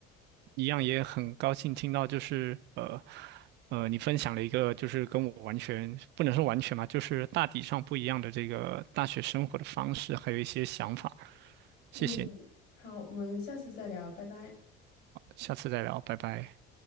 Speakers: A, on the right (about 55°); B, on the left (about 60°).
A: 一样也很高兴听到，就是呃呃，你分享了一个就是跟我完全不能说完全吧，就是大体上不一样的这个大学生活的方式，还有一些想法。谢谢你
B: 嗯，好，我们下次再聊，拜拜。
A: 下次再聊，拜拜。